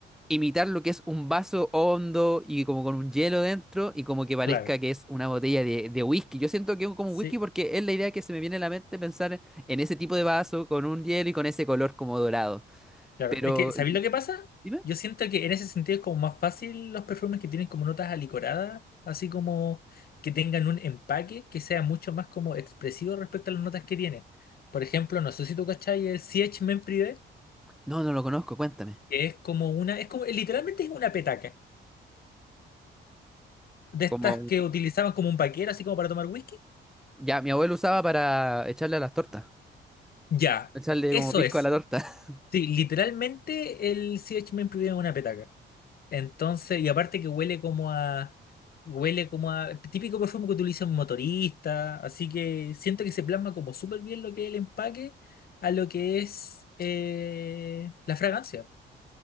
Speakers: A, in the centre; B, on the left (about 50°).
A: imitar lo que es un vaso hondo y como con un hielo dentro y como que parezca
B: Claro.
A: que es una botella de, de whisky. Yo siento que es como
B: Sí,
A: un whisky porque es la idea que se me viene a la mente pensar en ese tipo de vaso con un hielo y con ese color como dorado.
B: Claro,
A: Pero,
B: es que, ¿sabéis lo que pasa?
A: dime.
B: Yo siento que en ese sentido es como más fácil los perfumes que tienen como notas alicoradas, así como que tengan un empaque que sea mucho más como expresivo respecto a las notas que tienen. Por ejemplo, no sé si tú cachai el CH Men Privé,
A: No, no lo conozco, cuéntame.
B: que es como una, es como, literalmente es una petaca, de estas
A: Como
B: que utilizaban como un paquero, así como para tomar whisky.
A: ya mi abuelo usaba para echarle a las tortas.
B: Ya,
A: Echarle
B: eso
A: como pisco
B: es.
A: a la torta. <laughs>
B: Sí, literalmente el CH Men Privé es una petaca. Entonces, y aparte que huele como a, huele como a, típico perfume que utiliza un motorista, así que siento que se plasma como súper bien lo que es el empaque a lo que es eh, la fragancia.